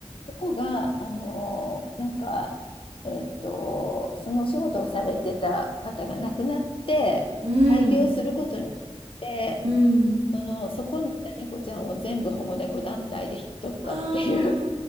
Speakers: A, on the left (about 55°); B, on the right (about 60°).
A: ここが、あのーなんか、えっと、そのお仕事をされてた方が亡くなって、
B: うん。
A: 廃業することになって、
B: うん。
A: その、そこにいた猫ちゃんを全部保護猫団体で引き取ったっていう
B: あ